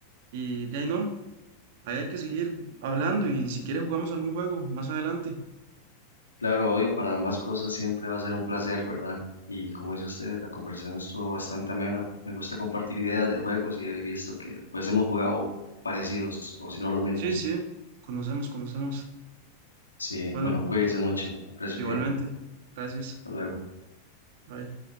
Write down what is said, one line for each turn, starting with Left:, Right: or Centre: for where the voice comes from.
Right: Y de ahí no, ahí hay que seguir hablando y si quiere jugamos algún juego más adelante.
Left: Claro, obvio, para ambas cosas siempre va a ser un placer, ¿verdad? Y como dice usted, la conversación estuvo bastante amena. Me gusta compartir ideas de juegos y he visto que pues hemos jugado parecidos o si no los mismos.
Right: Sí, sí, conocemos, conocemos.
Left: Sí,
Right: Bueno,
Left: bueno, cuídese mucho, aprecio
Right: igualmente.
Left: el tiempo.
Right: Gracias.
Left: Hasta luego.
Right: Bye.